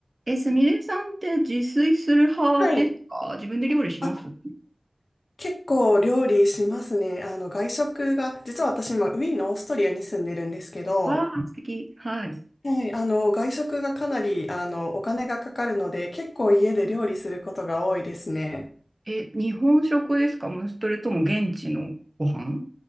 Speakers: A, on the right; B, on the left.
A: え、すみれさんって自炊する派ですか自分で料理します
B: はい。あ、結構料理しますね。あの、外食が、実は私今、ウィーンのオーストリアに住んでるんですけど、
A: わあ、素敵。はい。
B: はい、あの、外食がかなり、あの、お金がかかるので、結構家で料理することが多いですね。
A: え、日本食ですかもうそれとも現地のご飯